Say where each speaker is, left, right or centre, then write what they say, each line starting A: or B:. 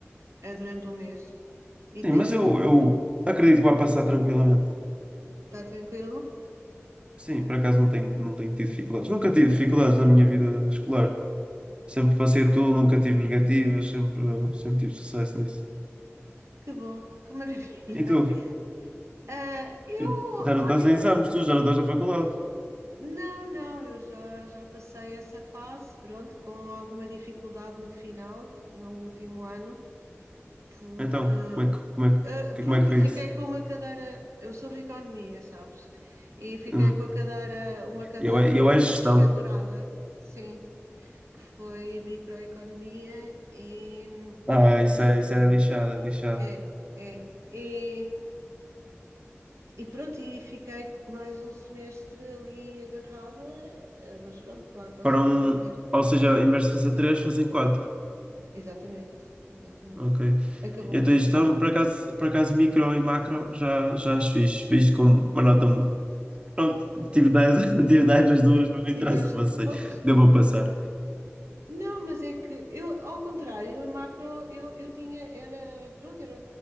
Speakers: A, on the right; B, on the right.
A: É durante um mês. E
B: Sim,
A: tens...
B: mas eu, eu acredito que vai passar tranquilamente.
A: está tranquilo?
B: Sim, por acaso não tenho, não tenho tido dificuldades. Nunca tive dificuldades na minha vida escolar. Sempre passei tudo, nunca tive negativas, sempre, sempre tive sucesso nisso.
A: Que bom, que maravilha.
B: E tu?
A: <laughs> Ah, eu,
B: E Já não
A: olha,
B: estás em exames, tu já não estás na faculdade.
A: não, não, eu já, já passei essa fase, pronto, com alguma dificuldade no final, no último ano, porque
B: Então, como é que, como é que,
A: Ah,
B: que-
A: pronto,
B: como é que foi
A: fiquei
B: isso?
A: com uma cadeira. Eu sou de economia, sabes? E fiquei
B: Hum.
A: com a cadeira, uma cadeira
B: Eu, é- eu é gestão.
A: pendurada, sim, que foi microeconomia e
B: Ah,
A: infelizmente
B: isso é, isso é lixado, é lixado.
A: é, é. E, e pronto, e fiquei mais um semestre ali agarrada, ah, mas pronto, lá consegui
B: Para um,
A: fazer.
B: ou seja, em vez de fazer três, fazem quatro.
A: Exatamente, exatamente.
B: Ok.
A: Acabou
B: Então,
A: por ser
B: isto,
A: parte.
B: é um, por acaso, por acaso, micro e macro já, já as fiz. Fiz com uma nota. Pronto, tive 10, <laughs> tive 10 das duas, mas não
A: Tiveste,
B: interessa, passei.
A: <laughs> pois,
B: Devo passar.
A: Não, mas é que eu, ao contrário, a macro eu, eu tinha, era, pronto, era,